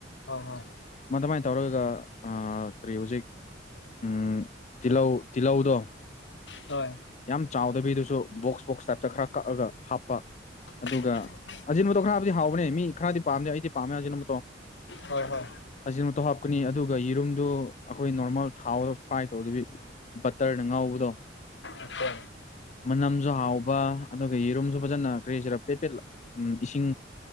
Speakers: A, on the left; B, on the left.
A: ꯍꯣꯏ-ꯍꯣꯏ꯫
B: ꯃꯗꯨꯃꯥꯏꯅ ꯇꯧꯔꯒ ꯑꯥ ꯀꯔꯤ ꯍꯧꯖꯤꯛ ꯎꯝ ꯇꯤꯜꯍꯧ ꯇꯤꯜꯍꯧꯗꯣ꯫
A: ꯍꯣꯏ꯫
B: ꯌꯥꯝ ꯆꯥꯎꯗꯕꯤꯗꯨꯁꯨ ꯕꯣꯛꯁ ꯕꯣꯛꯁꯇ ꯇ ꯈꯔ ꯀꯛꯑꯒ ꯍꯥꯞꯄ ꯑꯗꯨꯒ
A: ꯍꯣꯏ
B: ꯑꯖꯤꯟꯕꯗꯣ ꯈꯔꯕꯨꯗꯤ ꯍꯥꯎꯕꯅꯦ ꯃꯤ ꯈꯔꯗꯤ ꯄꯥꯝꯗꯦ ꯑꯩꯗꯤ ꯄꯥꯝꯃꯦ ꯑꯖꯤꯅꯃꯇꯣ
A: ꯍꯣꯏ ꯎꯝ ꯍꯣꯏ ꯍꯣꯏ
B: ꯑꯖꯤꯟꯃꯇꫭ ꯍꯥꯞ ꯀꯅꯤ ꯑꯗꯨꯒ ꯌꯦꯔꯨꯝꯗꯨ ꯑꯈꯣꯏ ꯅꯣꯔꯃꯦꯜ ꯊꯥꯎꯗ ꯐ꯭ꯔꯥꯏ ꯇꯧꯗꯕꯤ ꯕꯇꯔꯅ ꯉꯧꯕꯗꯣ
A: ꯑꯆꯥ
B: ꯃꯅꯝꯁꯨ ꯍꯥꯎ ꯕꯥ ꯑꯗꯨꯒ ꯌꯦꯔꯨꯝꯁꯨ ꯐꯖꯅ ꯀꯔꯤꯍꯩꯁꯤꯔꯥ ꯄꯦꯠ-ꯄꯦꯠ ꯎꯝ ꯏꯁꯤꯡ